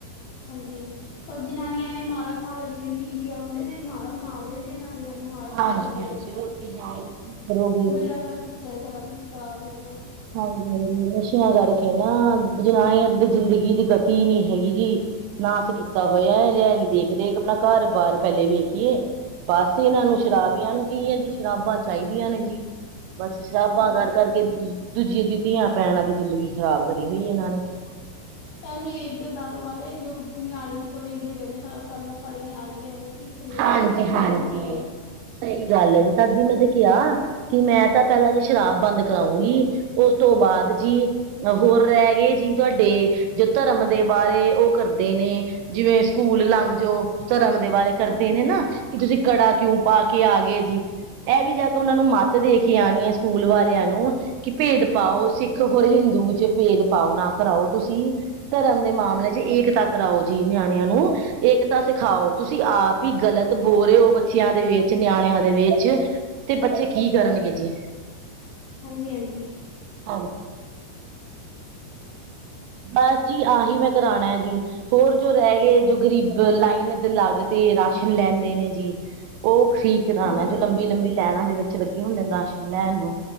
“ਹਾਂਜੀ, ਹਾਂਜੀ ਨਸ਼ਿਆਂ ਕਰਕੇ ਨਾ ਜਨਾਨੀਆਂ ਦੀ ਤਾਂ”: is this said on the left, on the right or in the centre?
Right